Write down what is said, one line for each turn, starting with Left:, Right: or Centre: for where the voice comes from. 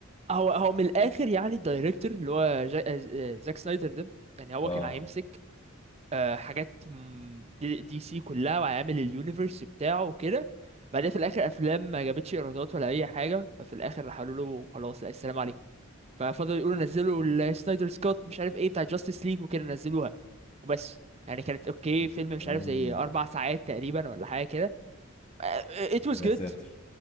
Right: هو هو من الآخر يعني الدايركتور اللي هو جا- آه، آه، زاك سنايدر ده يعني هو
Left: اه
Right: كان هيمسك آه، حاجات م- دي, دي سي كلها وعامل اليونيفرس بتاعه وكده بعدين في الاخر افلام ما جابتش ايرادات ولا اي حاجه ففي الاخر راح قالوا له خلاص لا السلام عليكم ففضلوا يقولوا نزلوا السنايدر سكوت مش عارف ايه بتاع جاستس ليج وكده نزلوها وبس يعني كانت اوكي فيلم
Left: اوكي
Right: مش عارف زي اربع ساعات تقريبا ولا حاجه كده آه، it was
Left: يا
Right: good
Left: ساتر